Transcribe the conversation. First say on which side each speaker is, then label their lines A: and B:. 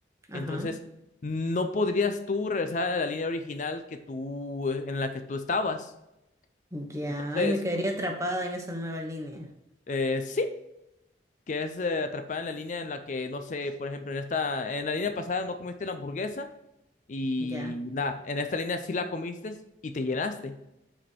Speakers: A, on the right; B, on the left.
A: ajá.
B: Entonces, no podrías tú regresar a la línea original que tú, eh, en la que tú estabas.
A: Ya,
B: Entonces,
A: y me quedaría atrapada en esa nueva línea.
B: eh, sí, que es eh, atrapada en la línea en la que, no sé, por ejemplo, en esta, en la línea pasada no comiste la hamburguesa y
A: Ya.
B: nada, en esta línea sí la comiste y te llenaste.